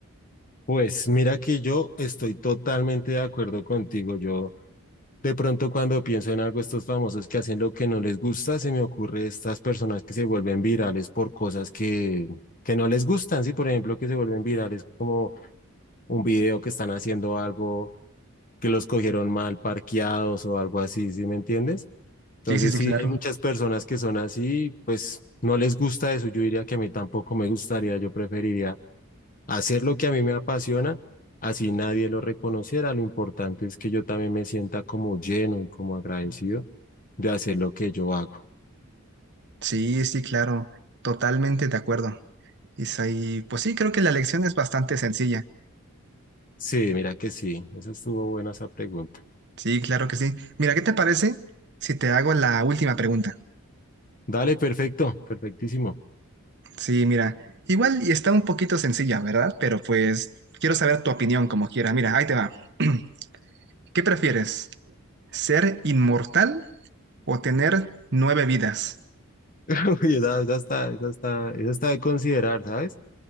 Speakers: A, on the left; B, on the right.
A: Pues mira que yo estoy totalmente de acuerdo contigo. Yo De pronto cuando pienso en algo, estos famosos que hacen lo que no les gusta, se me ocurre estas personas que se vuelven virales por cosas que, que no les gustan, sí, por ejemplo, que se vuelven virales como un video que están haciendo algo que los cogieron mal parqueados o algo así, ¿sí me entiendes? Entonces
B: Sí, sí, sí,
A: sí,
B: claro.
A: hay muchas personas que son así, pues no les gusta eso, yo diría que a mí tampoco me gustaría, yo preferiría hacer lo que a mí me apasiona, así nadie lo reconociera. Lo importante es que yo también me sienta como lleno y como agradecido de hacer lo que yo hago.
B: Sí, sí, claro, totalmente de acuerdo. Isaí, pues sí, creo que la lección es bastante sencilla.
A: Sí, mira que sí, esa estuvo buena esa pregunta.
B: Sí, claro que sí. Mira, ¿qué te parece si te hago la última pregunta?
A: Dale, perfecto, perfectísimo.
B: Sí, mira, igual y está un poquito sencilla, ¿verdad? Pero pues quiero saber tu opinión como quiera. Mira, ahí te va. <clears throat> ¿Qué prefieres? ¿Ser inmortal o tener nueve vidas?
A: <laughs> Uy, Esa, esa está, esa está, esa está de considerar, ¿sabes?